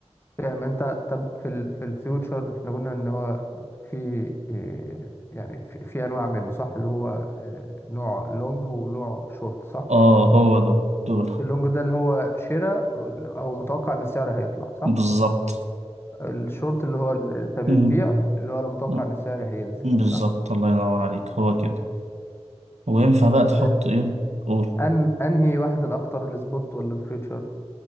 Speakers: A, on the left; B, on the right.
A: فاهم انت طب في ال في الفيوتشر احنا قلنا ان هو في إيه، يعني في, في انواع منه صح اللي هو آه، نوع لونج ونوع شورت صح
B: اه هو ده دول
A: اللونج ده اللي هو شراء او متوقع ان السعر هيطلع صح
B: بالظبط
A: الشورت اللي هو ال- انت بتبيع
B: مم.
A: اللي هو لو متوقع
B: مم.
A: ان السعر هينزل
B: بالظبط
A: صح
B: الله ينور عليك هو كده وينفع بقى
A: بس
B: تحط ايه قول
A: أن أنهي واحد الأخطر السبوت ولا الفيوتشر؟